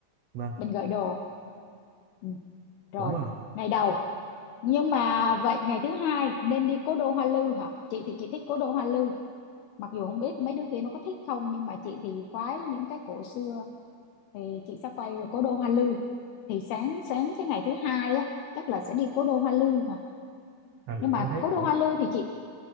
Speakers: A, on the right; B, on the left.
A: vâng
B: mình gửi đồ ừ. rồi
A: đúng rồi
B: ngày đầu nhưng mà vậy ngày thứ hai nên đi cố đô Hoa Lư hả chị thì chị thích cố đô Hoa Lư mặc dù không biết mấy đứa kia nó có thích không nhưng mà chị thì khoái những cái cổ xưa thì chị sẽ quay về cố đô Hoa Lư thì sáng sáng cái ngày thứ hai á chắc là sẽ đi cố đô Hoa Lư mà
A: ừ,
B: nhưng
A: em
B: mà
A: thấy
B: cố đô
A: cũng
B: Hoa Lư thì chị